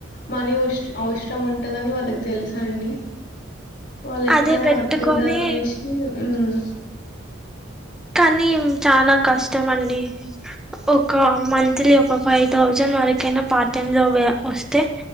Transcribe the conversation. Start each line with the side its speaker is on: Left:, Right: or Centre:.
Left: మనీ ఓస్ అవసరం ఉంటందని. వాళ్ళకి తెలుసండి. వాళ్ళు ఎట్లైనా
Centre: అదే పెట్టుకొని
Left: పట్టుకుంటారు అనేసి. ఉమ్
Centre: కానీ మ్ చాలా కష్టం అండి. ఒక మంత్లీ ఒక ఫైవ్ థౌజండ్ వరకైనా పార్ట్ టైం లో వే వస్తే.